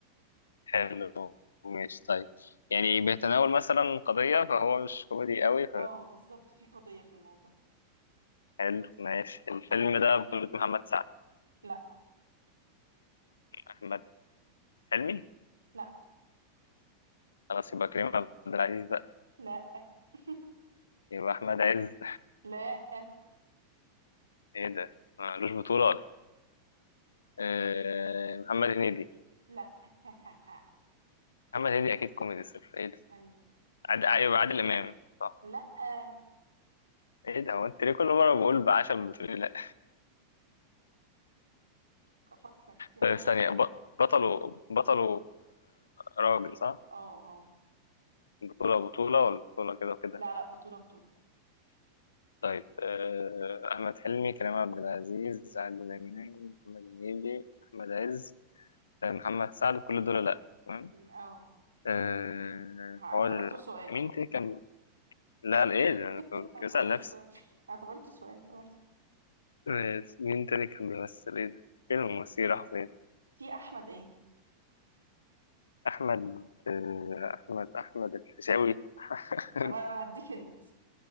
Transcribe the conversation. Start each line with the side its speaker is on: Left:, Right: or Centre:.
Left: حلو ماشي طيب يعني بيتناول مثلا قضية فهو مش كوميدي قوي
Right: اه بالظبط في قضية في الموضوع
Left: فحلو ماشي الفيلم ده بطولة محمد سعد
Right: لا
Left: أحمد حلمي
Right: لا
Left: خلاص يبقى كريم عبد العزيز بقى
Right: لا <laughs>
Left: يبقى أحمد عز
Right: لا
Left: ايه ده ملوش بطولة ولا إيه؟ آه، محمد هنيدي
Right: لا <laughs>
Left: محمد هنيدي أكيد كوميدي صرف ايه ده
Right: ايوه
Left: عاد ايوه عادل امام صح
Right: لا <laughs>
Left: ايه ده هو انت ليه كل مره بقول بعشم بتقولي لا
Right: افكر في حد
Left: طيب ثانيه
Right: كمان
Left: ب- بطل بطل راجل صح
Right: اه اه
Left: بطوله بطوله ولا بطوله كده وكده
Right: لا لا بطولة بطولة
Left: طيب آه، احمد حلمي كريم عبد العزيز عادل امام محمد هنيدي احمد عز آه، محمد سعد كل دول لا تمام
Right: م- اه
Left: آه،
Right: كلهم لا. اعتبرته
Left: هو ال-
Right: سؤال
Left: مين تاني كان لا لا، ايه ده انا
Right: <laughs>
Left: كنت
Right: اعتبرته
Left: بسأل نفسي
Right: سؤال اعتبرته سؤال خلاص
Left: آه، مين تاني كان بيمثل ايه ده فيلم مصير راح فين
Right: في احمد ايه
Left: احمد آه، احمد احمد الفيشاوي <laughs>
Right: طب انا هديك انت